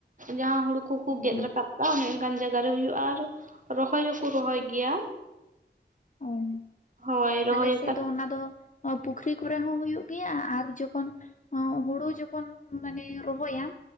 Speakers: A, on the right; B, on the left.
A: ᱡᱟᱦᱟᱸ ᱦᱩᱲᱩ ᱠᱩᱠᱩ
B: ᱚ
A: ᱜᱮᱫ
B: ᱦᱚᱸ
A: ᱨᱟᱠᱟᱵᱼᱼ ᱚᱱᱮ ᱚᱱᱠᱟᱱ ᱡᱟᱭᱜᱟ ᱨᱮ ᱦᱩᱭᱩᱜᱼᱟ ᱟᱨ ᱨᱚᱦᱚᱭ ᱦᱚᱸᱠᱚ ᱨᱚᱦᱚᱭ ᱜᱮᱭᱟ
B: ᱚ
A: ᱦᱳᱭ ᱨᱚᱦᱚᱭ
B: ᱟᱞᱮ ᱥᱮᱫ
A: ᱟᱠᱟᱫ
B: ᱫᱚ ᱚᱱᱟ ᱫᱚ ᱯᱩᱠᱷᱨᱤ ᱠᱚᱨᱮ ᱦᱚᱸ ᱦᱩᱭᱩᱜ ᱜᱮᱭᱟ ᱟᱨ ᱡᱚᱠᱷᱚᱱ ᱦᱚᱸ ᱦᱩᱲᱩ ᱡᱚᱠᱷᱚᱱ ᱢᱟᱱᱮ ᱨᱚᱦᱚᱭᱟᱢ